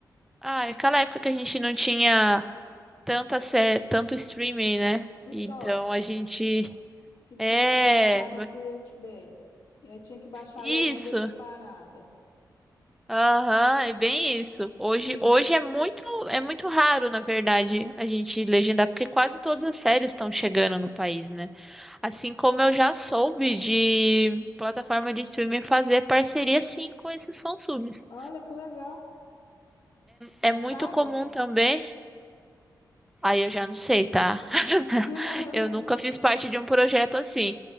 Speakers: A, in the centre; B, on the left (about 75°).
A: Ah, aquela época que a gente não tinha tanta sé... tanto streaming, né?
B: No
A: Então
B: Torrent,
A: a gente.
B: que tinha
A: É,
B: que baixar no Pirate Bay. E aí tinha que baixar
A: isso.
B: a legenda separada.
A: Aham, é bem isso. Hoje,
B: Hum,
A: hoje é muito, é muito raro, na verdade, a gente legendar, porque quase todas as séries estão chegando no país, né? Assim como eu já soube de plataforma de streaming fazer parceria sim com esses fansubs.
B: olha que legal. Mas
A: É muito
B: pago?
A: comum também, aí eu já não sei, tá? <laughs>
B: <laughs>
A: Eu nunca fiz parte de um projeto assim.